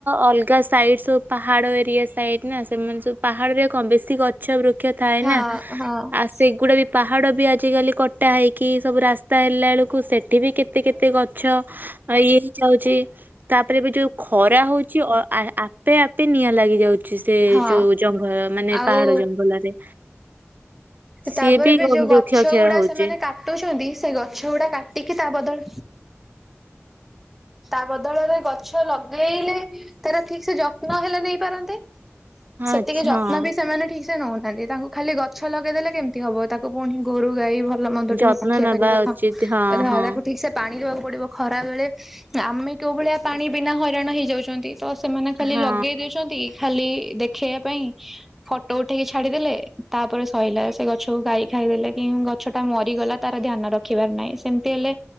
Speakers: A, on the right; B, in the centre.
A: ଅଲଗା ସାଇଡ ସୁ ପାହାଡ଼ ଏରିଆ ସାଇଡ ନା ସେମାନେ ସବୁ ପାହାଡ଼ରେ କଣ ବେଶୀଗ। ଚବୁ ଥାଏ
B: ହଁ
A: ନା
B: ହଁ
A: ଆଉ ସେଗୁଡା ବି ପାହାଡ ବି ଆଜିକାଲି କଟା ହେଇକି ସବୁ ରାସ୍ତା ହେଲା ବେଳକୁ ସେଠି ବି କେତେ କେତେ କେତେ ଗଛ ଆଉ ଇଏ ହିଁ ଚାଉଛି। <unintelligible> ତାପରେ ବି ଯୋଉ ଖରା ହଉଛି ଆପେ ଆପେ ନିଆଁ ଲାଗି ଛି ସେ
B: ହଁ
A: ଯୋଉ ଜଙ୍ଗଲ ମାନେ
B: ଆଉ
A: ପାହାଡ ଜଙ୍ଗଲରେ ସିଏ
B: ତାପରେ ବି
A: ଗ-
B: ଯୋଉ
A: ବୃକ୍ଷ
B: ଗଛ
A: କ୍ଷୟ
B: ଗୁଡା
A: ହଉଛି।
B: ସେମାନେ କାଟୁଛନ୍ତି ସେ ଗଛ ଗୁଡା କାଟିକି ତା ବଦଳ। ତା ବଦଳରେ ଗଛ ଲଗେଇଲେ ତାର ଠିକ ସେ ଯତ୍ନ ହେଲେ ନେଇ ପାରନ୍ତେ।
A: ହଁ
B: ସେତିକି
A: ଆଚ୍ଛା
B: ଯତ୍ନ
A: ହଁ
B: ବି ସେମାନେ ଠିକ ନଉନାହାନ୍ତି ତାଙ୍କୁ ଖାଲି ଗଛ ଲଗେଇଦେଲେ କେମତି ହବ ତାକୁ ପୁଣି ଗୋରୁ ଗାଈ ଭଲ। ଭଲ ମନ୍ଦ
A: ଯତ୍ନ
B: ପାଖିଆ
A: ନେବା
B: କରିବା
A: ଉଚିତ
B: କଥାଁ
A: ହଁ
B: ତାକୁ ଠିକ ସେ ପାଣି ଦବାକୁ ପଡିବ। ଖରା ବେଳେ ଆମେ କେଉ ଭଳିଆ ପାଣି ବିନା ହଇରାଣ ହେଇଯାଉଛନ୍ତି। ତ ସେମାନେ ଖାଲି
A: ହଁ ହଁ
B: ଲଗେଇ ଦଉଛନ୍ତି ଖାଲି ଦେଖେଇବା ପାଇଁ ଫଟୋ ଉଠେଇକି ଛାଡିଦେଲେ ତାପରେ ସଲା ସେ ଗଛକୁ ଗା ଖାଇ ଦେେଲେ କି ଗଛ ଟା ମରିଗଲା ତାର ଧ୍ୟାନ ରଖିବାର ନାହିଁ ସେମିତି ହେଲେ